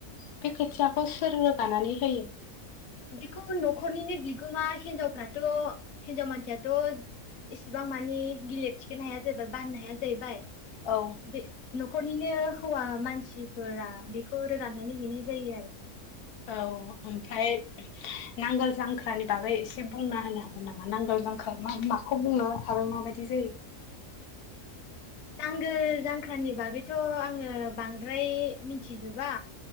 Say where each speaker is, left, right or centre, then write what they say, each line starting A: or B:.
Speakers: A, on the left; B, on the left.
A: बे खोथियाखौ सोर रोगानानै होयो
B: बेखौ न'खरनिनो बिगोमा हिनजावफ्राथ' हिनजाव मानसियाथ' इसिबां माने गिलिर थिखोनो हाया जाहैबाय बाननो हाया जाहैबाय
A: औ
B: बे न न'खरनिनो हौवा मानसिफोरा बेखौ रोगाननानै हैनाय जायो आरो
A: औ ओमफ्राय नांगोल जांख्रानि बागै एसे बुंना होनो हागोन नामा? नांगोल जांख्रा माखौ बुंनो हाबाय माबायदि जायो?
B: नांगोल जांख्रानि बागैथ' आङो बांद्राय मिथिजोबा।